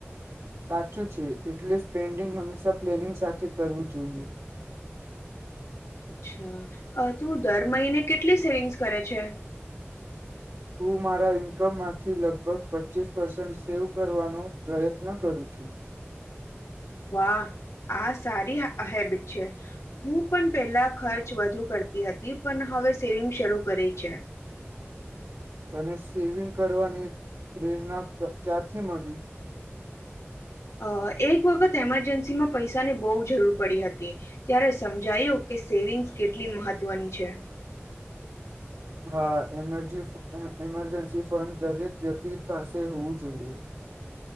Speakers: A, on the right (about 85°); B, on the left (about 85°).
A: સાચું છે, એટલે સ્પેન્ડિંગ હંમેશા પ્લેનિંગ સાથે કરવું જોઈએ.
B: અચ્છા! અ તું દર મહિને કેટલી સેવિંગ્સ કરે છે?
A: હું મારા ઈન્કમમાંથી લગભગ પચ્ચીસ પર્સન્ટ સેવ કરવાનો પ્રયત્ન કરું છું.
B: વાહ! આ સારી આહ આ હેબિટ છે. હું પન પહેલા ખર્ચ વધુ કરતી હતી, પન હવે સેવિંગ શરૂ કરી છે.
A: ને સેવિંગ કરવાની પ્રેરના ક ક્યાંથી મળી?
B: અ એક વખત એમરજન્સીમાં પૈસાની બહુ જરૂર પડી હતી. ત્યારે સમજાયું કે સેવિંગ્સ કેટલી મહત્વની છે.
A: હા, એમરજી ફ એ એમરજન્સી ફંડ દરેક વ્યક્તિ પાસે હોવું જોઈએ.